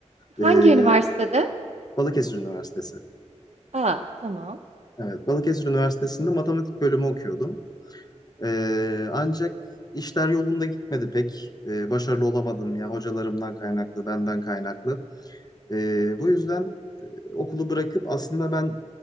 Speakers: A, on the right (about 60°); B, on the left (about 30°).
A: Hangi
B: Ee,
A: üniversitede?
B: Balıkesir Üniversitesi.
A: Aa, tamam.
B: Evet Balıkesir Üniversitesi'nde matematik bölümü okuyordum. Ee, ancak işler yolunda gitmedi pek. Ee, başarılı olamadım ya hocalarımdan kaynaklı, benden kaynaklı. Ee, bu yüzden okulu bırakıp aslında ben